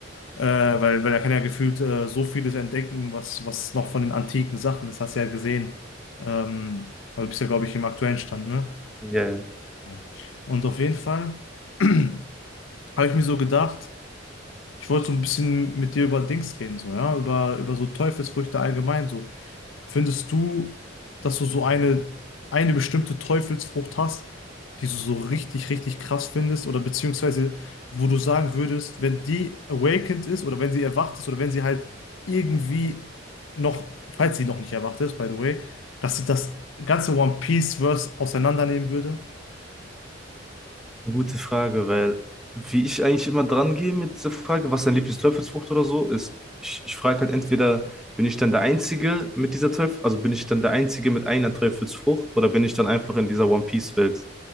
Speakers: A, on the left; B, in the centre.
A: Äh, weil, weil er kann ja gefühlt äh, so vieles entdecken, was, was noch von den antiken Sachen ist. Hast du ja gesehen. Ähm, weil du bist ja, glaube ich, im aktuellen Stand, ne?
B: Ja, ja.
A: Ja. Und auf jeden Fall <clears throat> habe ich mir so gedacht, ich wollte so ein bisschen mit dir über Dings reden, so, ja, über, über so Teufelsfrüchte allgemein, so. Findest du, dass du so eine, eine bestimmte Teufelsfrucht hast, die du so richtig, richtig krass findest oder beziehungsweise wo du sagen würdest, wenn die awakened ist oder wenn sie erwacht ist oder wenn sie halt irgendwie noch, falls sie noch nicht erwacht ist, by the way, dass sie das ganze One Piece-Verse auseinandernehmen würde?
B: Eine gute Frage, weil wie ich eigentlich immer dran gehe mit dieser Frage, was dein Lieblingsteufelsfrucht oder so ist, ich, ich frage halt entweder, bin ich dann der Einzige mit dieser Teufel, also bin ich dann der Einzige mit einer Teufelsfrucht oder bin ich dann einfach in dieser One Piece Welt?